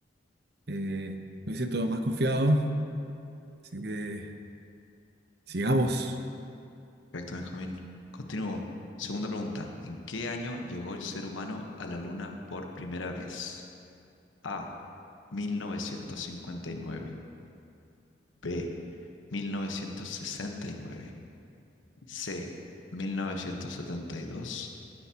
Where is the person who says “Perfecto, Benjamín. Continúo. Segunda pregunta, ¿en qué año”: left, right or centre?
Left